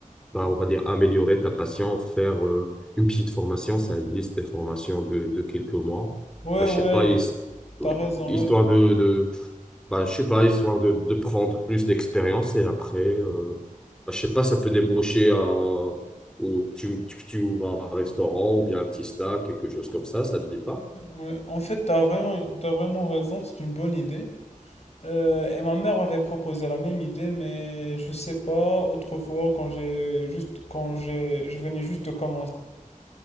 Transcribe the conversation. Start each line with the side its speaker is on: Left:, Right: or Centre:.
Centre: bah, on va dire, améliorer ta passion, faire euh, une petite formation. Ça existe des formations de, de quelques mois.
Left: Ouais,
Centre: Bah, je
Left: ouais,
Centre: sais pas, his-
Left: t'as raison,
Centre: histoire
Left: ouais.
Centre: de, de bah, je sais pas, histoire de, de prendre plus d'expérience et après, euh, bah, je sais pas, ça peut débaucher à, ou tu, tu, tu ouvres un restaurant ou bien un petit snack, quelque chose comme ça, ça te dit pas?
Left: Ouais, En fait, t'as vraiment, t'as vraiment raison, c'est une bonne idée. Euh, et ma mère m'avait proposé la même idée, mais je sais pas, autrefois, quand j'ai juste, quand j'ai, je venais juste de commencer,